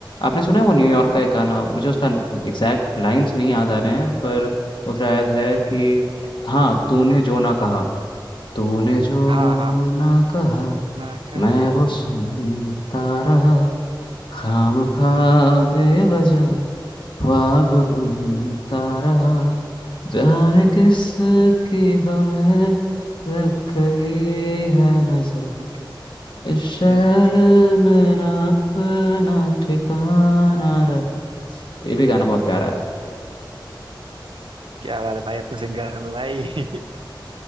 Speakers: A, on the left (about 70°); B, on the right (about 90°).
A: आपने सुना है वो न्यूयॉर्क का एक गाना मुझे उसका एग्जैक्ट लाइंस नहीं याद आ रहे हैं पर वो शायद है कि हाँ तूने जो ना कहा तूने जो
B: हाँ हाँ
A: ना कहा
B: ना कहा
A: मैं वो सुनता रहा खाम
B: तारक
A: खा बेवजह ख्वाब बुनता रहा जाने किस की हमें लग गई है नजर
B: कहती
A: इस शहर
B: है नजर
A: में ना अपना ठिकाना रहा ये भी गाना बहुत प्यारा
B: क्या बात है भाई अब तो सिंगर हो गए भाई